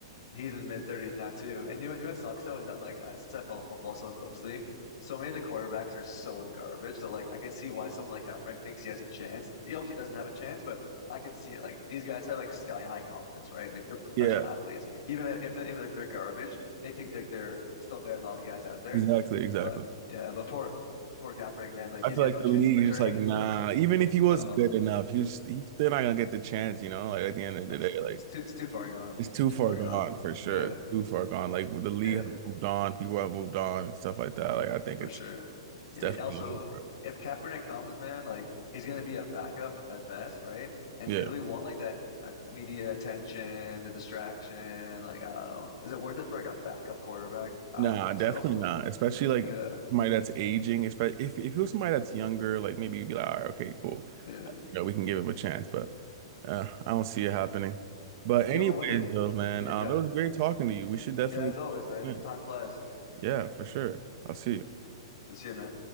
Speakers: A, on the left; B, on the right.
A: he's in mid thirties now too. And you know, you know what sucks though is that like I, since I follow football so closely, so many of the quarterbacks are so garbage that like I can see why someone like Kaepernick thinks he has a chance. He obviously doesn't have a chance, but I can see it. Like these guys have like sky high confidence, right? Like they're
B: yeah,
A: professional athletes. Even if even like they're garbage, they think that they're still better than all the guys out there.
B: exactly, exactly.
A: But yeah, but poor poor Kaepernick, man, like he's
B: I feel
A: got
B: like
A: no
B: the
A: chance
B: league
A: of returning.
B: is just like, nah.
A: <laughs>
B: Even if he was
A: No,
B: good enough, he's he's still not gonna get the chance, you know. Like at the end of
A: that's
B: the day,
A: it's
B: like
A: too it's too far gone.
B: it's too
A: It's too
B: far
A: far
B: gone
A: gone.
B: for sure,
A: Yeah.
B: too far gone. Like the league
A: Yeah.
B: has moved on, people have moved on, and stuff like that. Like I think
A: for
B: it's.
A: sure.
B: It's
A: I mean,
B: definitely.
A: also,
B: over.
A: if Kaepernick comes, man, like he's gonna be a backup at best, right? And
B: Yeah.
A: do you really want like that uh, media attention, the distraction? Like, I don't know. Is it worth it for like a backup quarterback? I
B: Nah,
A: don't think
B: definitely
A: so. <laughs>
B: not. Especially like
A: Yeah,
B: somebody that's aging. Especially if if you're somebody that's younger, like maybe you'd be like, all right, okay, cool.
A: yeah,
B: You know, we can give him a chance. But uh, I don't see it happening. But
A: yeah.
B: anyways,
A: But one thing,
B: though, man,
A: yeah,
B: um, it was great talking to you. We should definitely,
A: yeah. As always, man,
B: yeah,
A: time flies.
B: yeah, for sure. I'll see you.
A: You'll see you, man.